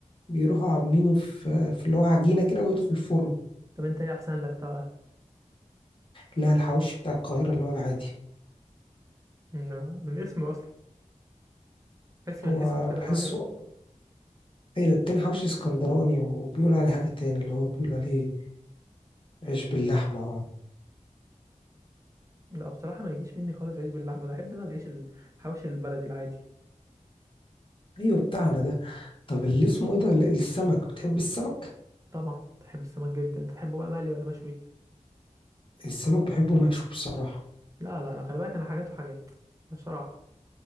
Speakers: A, on the left; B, on the right.
A: بيروحوا عاملينه في في اللي هو عجينه كده ويدخل فرن
B: طب انت ايه احسن لك طبعا
A: لا الحواوشي بتاع القاهره اللي هو العادي
B: نعم، من اسمه اصلا تحسي
A: هو
B: من اسمه كده
A: بحسه
B: اللي هو حلو
A: ايوه التاني حواوشي اسكندراني وبيقولوا عليه حاجه تاني اللي هو بيقولوا عليه عيش باللحمه
B: لا بصراحه ما يجيش مني خالص عيش باللحمه ده احب انا العيش الحوش البلدي العادي
A: ايوه بتاعنا ده طب اللي اسمه ايه ده اللي- السمك بتحب السمك
B: طبعا تحب السمك جدا انت تحبه بقى مقلي ولا مشوي
A: السمك بحبه مشوي بصراحة
B: لا لا انا خلي بالك انا حاجات وحاجات بصراحه